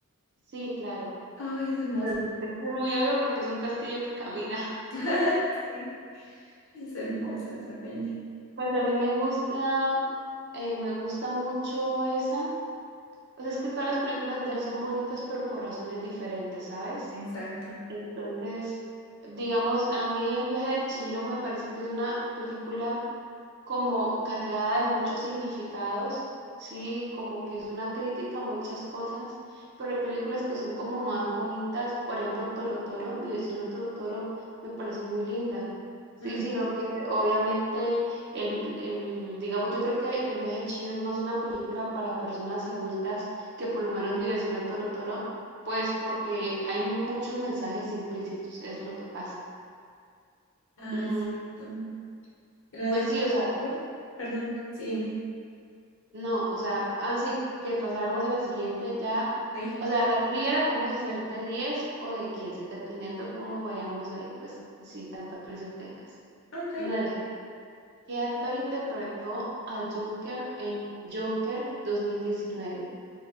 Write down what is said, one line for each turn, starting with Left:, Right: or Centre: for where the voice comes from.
Right: Sí, claro.
Left: Ay, es hermosa.
Right: Pues esto es muy obvio porque es un castillo que camina. <laughs>
Left: <laughs> Sí, es hermosa esa peli.
Right: Pues a mí me gusta, eh, me gusta mucho esa. O sea, es que todas las películas de él son bonitas, pero por razones diferentes, ¿sabes?
Left: Exacto.
Right: Entonces, digamos, a mí El viaje de Chihiro me parece que es una película como cargada de muchos significados, sí, como que es una crítica a muchas cosas, pero hay películas que son como más bonitas, por ejemplo, Toro Toro, mi vecino Toro Toro, me parece muy linda. Sí,
Left: Ah,
Right: sino que obviamente el, el, digamos, yo creo que El viaje de Chihiro es más una película para personas adultas que por lo menos mi vecino Toro Toro, pues porque hay muchos mensajes implícitos, es lo que pasa.
Left: ah,
Right: Mm,
Left: es cierto. La
Right: pues
Left: de...
Right: sí, o sea,
Left: Perdón, Perdón, sí, dime.
Right: No, o sea, así que pasáramos a la siguiente ya.
Left: ¿Veí?
Right: O sea, la trivia la podemos hacer de 10 o de 15 dependiendo cómo vayamos ahí, pues si tanta prisa tengas.
Left: Ok.
Right: nueve ¿Qué actor interpretó al Joker en Joker dos mil diecinueve